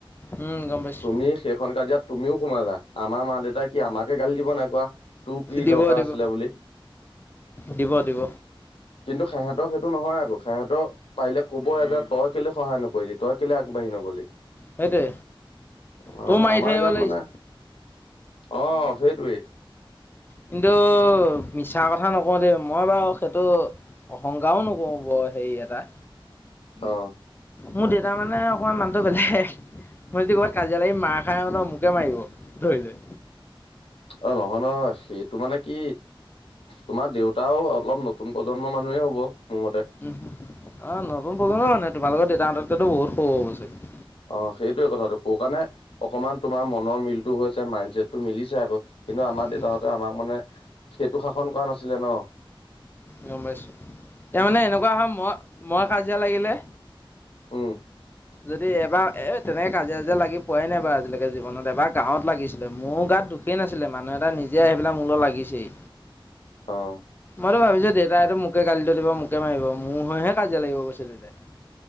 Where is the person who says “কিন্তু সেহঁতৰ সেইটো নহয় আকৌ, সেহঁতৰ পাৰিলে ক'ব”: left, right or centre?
Left